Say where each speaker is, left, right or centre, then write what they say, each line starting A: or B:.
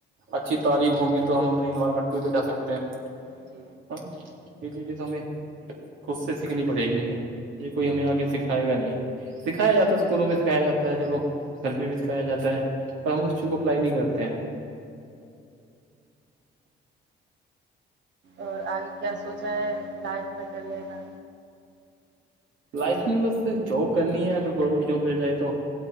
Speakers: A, on the right; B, on the right.
A: اچھی تعلیم ہوگی تو ہم اپنے انوائرمنٹ کو بھی بچا سکتے ہیں
B: جی
A: ہے نا یہ چیزیں تو ہمیں خود سے سیکھنی پڑے گی یہ کوئی ہمیں آگے سکھائے گا نہیں سکھایا جاتا ہے اسکولوں میں سکھایا جاتا ہے چلو گھر پہ بھی سکھایا جاتا ہے پر ہم اس چیز کو اپلائی نہیں کرتے ہیں
B: اور آگے کیا سوچا ہے لائف میں کرنے کا
A: لائف میں بس جاب کرنی ہے اگر گورنمنٹ جاب مل جائے تو